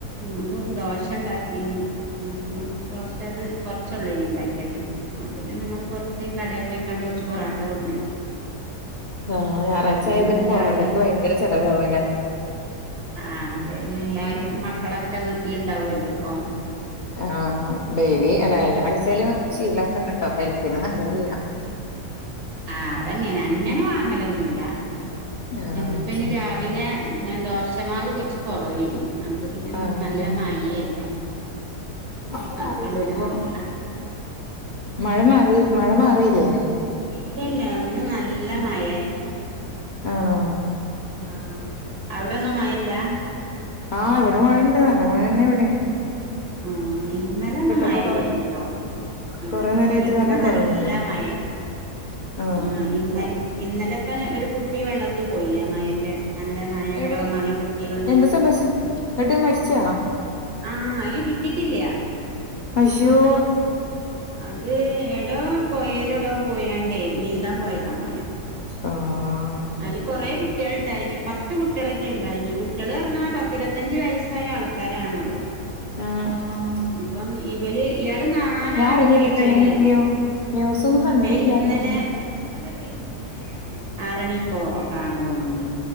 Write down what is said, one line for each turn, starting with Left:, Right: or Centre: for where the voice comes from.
Right: നമുക്ക് ദോശ ഉണ്ടാക്കീന് ഇന്ന്ഇപ്പ ദോശ അത് കൊറച്ചുള്ള നി ഉണ്ടാക്കിയത് അപ്പൊത്തിന് നമ്മള് കൊറച്ച് കടെ പോയിക്കാണ്ട് കൊറച്ച് പൊറാട്ട കൊടുന്ന്
Left: ആഹ് ഞായറാഴ്ച്ചായ
Right: അങ്ങനെന്ന്
Left: പിന്നെ പൊറോട്ടക്ക്
Right: രാവിലെ
Left: ഭയങ്കര ചെലവാല്ലേ
Right: ആഹ് അതെ പിന്നെ എല്ലാരും മക്കളൊക്കെ വീട്ടിലുണ്ടാവോല്ലോ അപ്പം
Left: ആഹ് ഡെയിലി
Right: പിന്നെ
Left: അല എല്ലാ ആഴ്ച്ചാലും ശീലാക്കണ്ട കേട്ടോ ഹെൽത്തിന് നല്ലതല്ല
Right: അതെങ്ങനെ അങ്ങനെ വാങ്ങലൊന്നുല്ല
Left: ആ
Right: ഇന്നിപ്പനി
Left: ഓക്കെ
Right: രാ രാവിലെ ദോഷമാവ് കുറച്ച് കുറവേനി ഇപ്പൊ പിന്നെ
Left: ആ ഓക്കെ
Right: നല്ല
Left: ഓക്കെ
Right: മയിയല്ലേ
Left: മഴ മാറിയില്ലേ
Right: അപ്പൊ അങ്ങനെ
Left: ഇപ്പൊ
Right: വാങ്ങീതാ
Left: മഴ മാറി മഴ മാറിയില്ലേ
Right: ഇല്ലല്ല ഇന്ന് നല്ല മയേ
Left: ആണോ
Right: ആഹ് അവിടൊന്നും മയല്ലാ?
Left: ആഹ് ഇവിടെ മഴുണ്ട് നല്ല മഴന്നെ ഇവിടിം
Right: ആഹ് ഇന്നലെന്നും മയല്ലേനിട്ടോ
Left: ഇപ്പൊ കൊറ
Right: ആഹ്
Left: കൊറേ നേരായിട്ട്
Right: ഇന്ന് നല്ല
Left: കൊറവുണ്ട്
Right: മയേ
Left: ആ
Right: ആഹ് ഇന്ന ഇന്നലെപ്പ ഒരു കുട്ടി വെള്ളത്തു പോയില്ലേ മയന്റെ നല്ല മയ എവിടോ
Left: എവിടെ
Right: മല പൊട്ടി വന്ന്
Left: എന്താ സംഭവിച്ചേ എന്നിട്ട് മരിച്ചാ
Right: ആഹ് അയിനെ കിട്ടിട്ടില്ല
Left: ഹയ്ശ്യോ
Right: അത് എടോ പോയലോടോ പോയാണ്ടേ നീന്താൻ പോയതാണോല്ലോ
Left: ആഹ്
Right: അയില് കുറെ കുട്ടി കുട്ടിയേൾ ഇണ്ടായിന് പത്ത് കുട്ടിയേളെ റ്റെ ഇണ്ടായീന്നു കുട്ടിയെള്ന്നറഞാ പത്തിരുപഞ്ച വയസ്സായ ആൾക്കാരാണലോ
Left: ആഹ് ആഹ്
Right: ഇപ്പം ഇവൽ ഇയാള് നാ നാലാളെ
Left: ഞാൻ അറിഞ്ഞില്ലട്ടോ
Right: രക്ഷിച്ചണ്
Left: ഞാൻ
Right: പറഞ്ഞ്
Left: ന്യൂ ന്യൂസൊന്നും കണ്ടില്ല
Right: ഇന്നലെ
Left: ഞാന്
Right: ഇന്നലെ വൈകുന്നേരാണ് ആറണിക്കോ ഒ ക്കാണ് തോന്ന്ണ്ട്